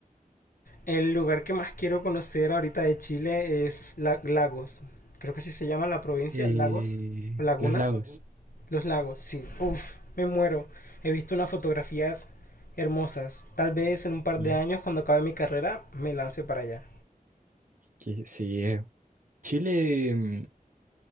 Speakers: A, on the left; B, on the right.
A: el lugar que más quiero conocer ahorita de Chile es La- Lagos. Creo que así se llama la provincia,
B: Eh,
A: Lagos o Lagunas.
B: los lagos.
A: Los lagos, sí. Uf, me muero. He visto unas fotografías hermosas. Tal vez en un par
B: Y
A: de años, cuando acabe mi carrera, me lance para allá.
B: que sí, eh, Chile mm,